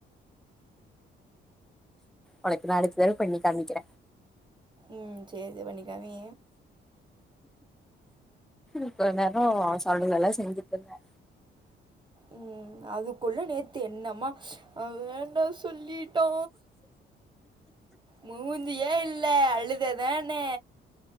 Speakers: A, in the centre; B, on the right.
A: ஒனக்கு நா நாளைக்கே பண்ணி காமிக்கிற
B: ம் சேரி பண்ணிக்காமி
A: இப்ப என்னன்னா அவன் சொல்றதல்லா செஞ்சுட்டு இருந்த
B: ம் அதுக்குள்ளே நேத்து என்னம்மா அவ வேண்டா சொல்லி டோ மூஞ்சியே இல்ல அழுததானே